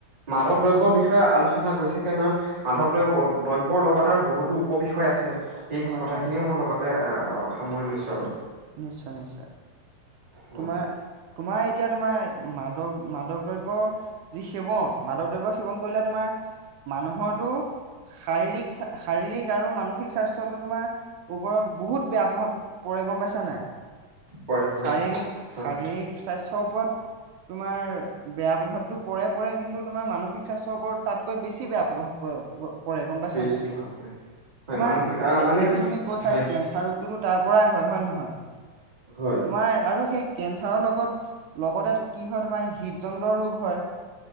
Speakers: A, on the right (about 20°); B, on the right (about 80°).
A: মাদক দ্ৰব্যৰ বিষয়ে আলোচনা পছোকে নান মাধৱদ্ৰব্য
B: হয়
A: দ্ৰব্যৰ লগত তাৰ বহুতো উপবিষয় আছে সেই
B: হয়
A: কথাখিনিও
B: হয়
A: মোৰ লগত সামৰি লৈছে
B: নিশ্চয় নিশ্চয়
A: হয়
B: তোমাৰ তোমাৰ এতিয়া তোমাৰ মাদক মাদক দ্ৰব্যৰ যি সেৱন মাদক দ্ৰব্য সেৱন কৰিলে তোমাৰ মানুহৰো শাৰীৰিক শাৰীৰিক আৰু মানসিক স্বাস্থ্যতো তোমাৰ ওপৰত বহুত বেয়া প্ৰভাৱ পৰিৰে গম পাইছে জন নাই
A: পৰে পৰে
B: শাৰীৰিক
A: হয়
B: শাৰীৰিক স্বাস্থ্য ্থ ওপৰত তোমাৰ বেয়া প্ৰভাৱতটো পৰে পৰে কিন্তু তোমাৰ মানসিক স্বাস্থ্যৰ ওপৰত তাতকৈ বেছি বেয়া প্ৰভাৱ পৰে গম পাইছা
A: বেছি
B: নাই
A: প্ৰভাৱ পৰে হয়
B: তোমাৰ
A: মানসিক আহ
B: এতিয়া
A: মানে
B: এতিয়াতো
A: কি
B: তুমি কৈছা
A: হয়
B: কেঞ্চাৰ ৰোগটোতো তাৰ পৰাৰাই হয় হয় নহয়
A: হয়
B: তোমাৰ আৰু সেই কেঞ্চাৰৰ লগত লগতে কি হয় তোমাৰ হৃদযন্ত্ৰৰ ৰোগ হয়